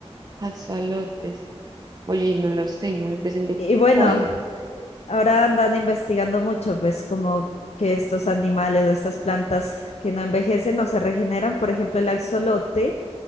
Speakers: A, on the right; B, on the left.
A: Axolotes. Oye, no los tengo muy presente.
B: Y bueno,
A: ¿Cuáles?
B: ahora andan investigando mucho, pues como que estos animales o estas plantas que no envejecen o se regeneran. Por ejemplo, el axolote